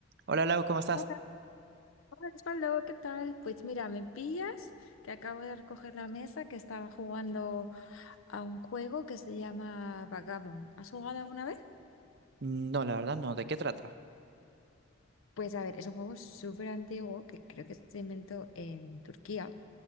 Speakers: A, on the right; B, on the left.
A: Hola Lau, ¿cómo estás?
B: Hola, hola Osvaldo, ¿qué tal? Pues mira, me pillas que acabo de recoger la mesa que estaba jugando a un juego que se llama Vagamon. ¿Has jugado alguna vez?
A: No, la verdad no. ¿De qué trata?
B: Pues a ver, es un juego súper antiguo que creo que se inventó en Turquía.